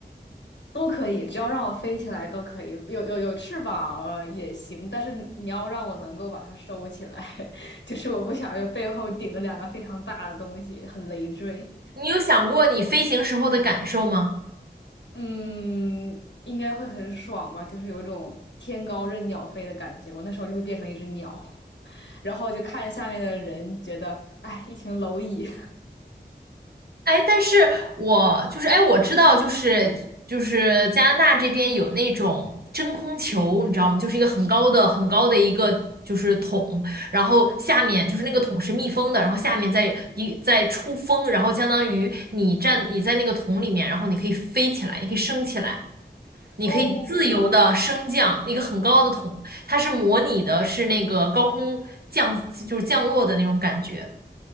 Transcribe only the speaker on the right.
你有想过你飞行时候的感受吗？
哎，但是我就是哎，我知道，就是就是加拿大这边有那种真空球，你知道吗？就是一个很高的很高的一个就是桶，然后下面就是那个桶是密封的，然后下面再一再出风，然后相当于你站你在那个桶里面，然后你可以飞起来，你可以升起来，你可以自由的升降一个很高的桶，
它是模拟的是那个高空降就是降落的那种感觉。